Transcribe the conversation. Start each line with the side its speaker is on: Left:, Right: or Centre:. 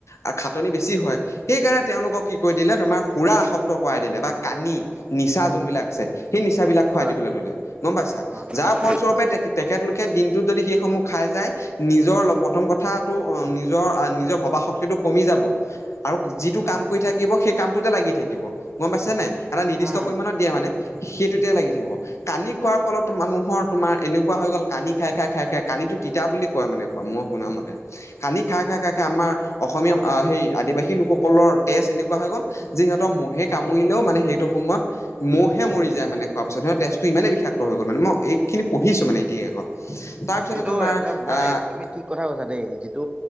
Left: আৰু খাটনি বেছি হয় সেইকাৰণে তেওঁলোকক কি ক কৰি দিলে তোমাৰ সুৰাৰ আসক্ত কৰাই দিলে বা কানি নিচা যোনবিলাক আছে সেই নিচাবিলাক খুৱাই
Right: হয় হয়
Left: দিবলৈ
Right: হয়
Left: ললে গম পাইছা
Right: অ
Left: যাৰ স ফলস্বৰূপে
Right: হয়
Left: তে তেখেতলোকে দিনটোত যদি সেইসমূহ খাই যায় নিজৰ প্ৰথম কথাতটো নিজৰ নিজৰ ভবা শক্তিটো কমি যাব। আৰু যিটো কাম কৰি থাকিব সেই কামটোতে লাগি থাকিব গম পাইছে নাই এটা নিৰ্দিষ্ট
Right: উম
Left: পৰিমামানণত দিয়া মানে। সেইটোতিয়া লাগি থাকিব। কানি খোৱাৰ ফলত মানুহৰ তোমাৰ এনেকুৱা হৈ গ'ল কানি খাই খাই খাই খাই কানিটো তিতা বুলি কয় মানে কোৱা মই শুনাম মতে। কান্দি খাই খাই খাই খাই আমাৰ অসমীয়া সেই আদিবাসী লোকসকলৰ তেজ এনেকুৱা হৈ গ'ল। যিহঁতৰ মহে কামুৰিলেও মানে সেইটো সময়ত মহহে মৰি যায় মানে খোৱাৰ পাছত স তেজ টো ইমানেই বিষাক্ত হৈ গ'ল মে মই এইখিনিঢ়িছো মানে ইতিহাসত। তাৰপিছতে তোমাৰ
Right: এইটো এটা
Left: আহ
Right: মানে তুমি ঠিক কথা কৈছা দেই যিটো